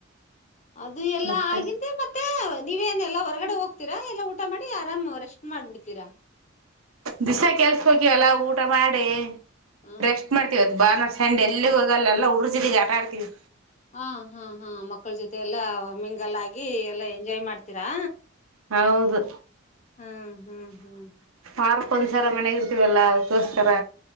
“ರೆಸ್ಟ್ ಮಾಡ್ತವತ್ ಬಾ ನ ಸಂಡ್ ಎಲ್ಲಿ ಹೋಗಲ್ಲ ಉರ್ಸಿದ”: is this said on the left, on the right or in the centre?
Right